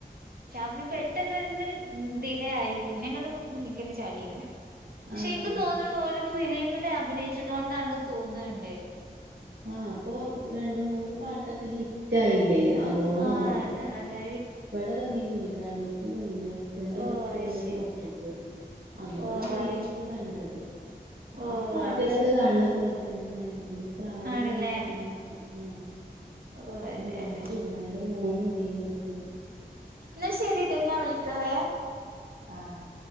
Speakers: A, on the right; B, on the right.
A: ഷാഫി പെട്ടെന്ന്ന്ന് ഡിലേ ആയി പിന്നെ അങ്ങോട്ടും മുന്നിക് തന്നെ ചാടിക്ക്ണ് ക്ഷെ
B: ആഹ്
A: എനിക്ക് തോന്ന്ണ് ഓല് ഫിലിമില് അഭിനയിച്ചത് കൊണ്ടാണ് തോന്ന്ണ്ട്.
B: ആഹ് ഇപ്പൊ രണ്ട് മൂന്ന് പാട്ടൊക്കെ ഹിറ്റ് ആയില്ലേ. അതുകൊണ്ടാവും
A: ആഹ് അതെ അതെ
B: ഇവിടെ വന്നീനു ഉദ്ഘാടനത്തിന് വന്നീനാ ഹസ്ബൻഡറ്
A: ഓ
B: വർക്ക്
A: അത്
B: ചെയ്യണ
A: ശരി
B: ഷോപ്പ്ക്ക് അന്നാണ്
A: ഓ
B: നേരിട്ട്
A: അത് ശരി
B: കണ്ടത്.
A: ഓ
B: അപ്പാട്ടിലൊക്കെ
A: അത് ശരി
B: കാണപോല് തെന്ന പ്രായോന്നും
A: ആണല്ലേ
B: തോന്നാത്ത ആഹ്
A: ഓ അതെ
B: ഒരു മാറ്റുല്ല
A: അതെ
B: അതിന്റെ മോനുണ്ടയിന് ഒപ്പം
A: ന്നാ ശരിട്ടോ ഞാൻ വിളിക്കാവേ
B: ആഹ്